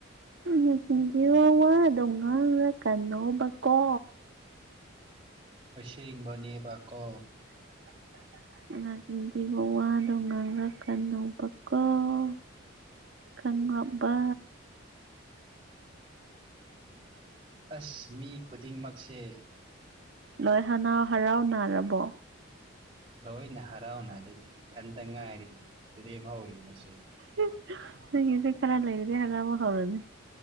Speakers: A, on the right; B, on the right.
A: ꯍꯥꯟꯅ ꯆꯤꯟꯖꯦ ꯋꯥ ꯋꯥꯗꯣ ꯉꯥꯡꯂꯛ ꯀꯅꫭꯕꯀꯣ
B: ꯑꯁꯦꯡꯕꯅꯦꯕ ꯀꯣ
A: <unintelligible> ꯅꯆꯤꯟ ꯊꯤꯕ ꯋꯥꯗꯣ ꯉꯥꯡꯔꯛꯀꯅꫭꯕꯀꫭ ꯈꯪꯔꯞꯕ
B: ꯑꯁ ꯃꯤ ꯈꯨꯗꯤꯡꯃꯛꯁꯦ
A: ꯂꯣꯏ ꯍꯅꯥꯎ ꯍꯔꯥꯎ ꯅꯥꯔꯕꯣ
B: ꯂꯣꯏꯅ ꯍꯔꯥꯎꯅꯥꯔꯦꯅꯦ ꯏꯊꯟꯇ ꯉꯥꯏꯔꯦꯅꯦ ꯂꯦꯝꯍꯧꯔꯤꯕꯁꯦ
A: <unintelligible> ꯅꯒꯤꯁꯦ ꯈꯔ ꯂꯩꯔꯗꯤ ꯍꯔꯥꯎꯕ ꯍꯧꯔꯅꯤ